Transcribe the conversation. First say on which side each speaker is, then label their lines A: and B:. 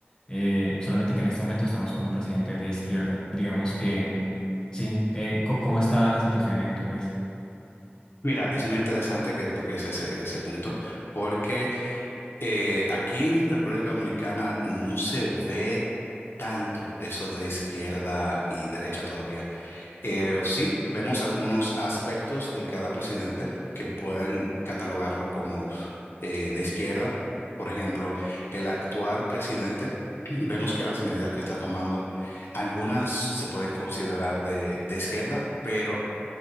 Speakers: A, on the left; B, on the left.
A: eh, solamente que en este momento estamos con un presidente de izquierda. Digamos que sí. Eh, co- ¿cómo está la situación en tu país?
B: Mira, es muy interesante que toques ese, ese punto, porque eh, aquí en República Dominicana no se ve tanto eso de izquierda y derecha todavía. Eh, sí, vemos algunos aspectos de cada presidente que pueden catalogarlo como eh, de izquierda. Por ejemplo, el actual presidente, <clears throat> vemos que las medidas que está tomando, algunas se pueden considerar de, de izquierda, pero